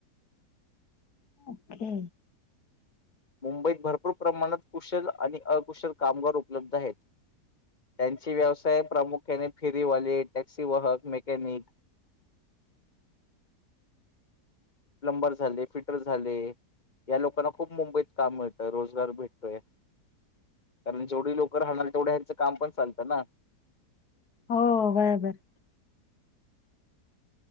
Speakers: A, on the left (about 65°); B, on the left (about 25°).
A: ओके
B: मुंबईत भरपूर प्रमाणात कुशल आणि अकुशल कामगार उपलब्ध आहेत. त्यांचे व्यवसाय प्रामुख्याने फेरीवाले, टॅक्सी-वाहक, मेकॅनिक प्लंबर झाले, फिटर झाले, या लोकांना खूप मुंबईत काम मिळतं, रोजगार भेटतोय, कारण जेवढी लोकं राहणारी आहेत तेवढ्या चं काम पण चालतं ना?
A: हो, बरोबर.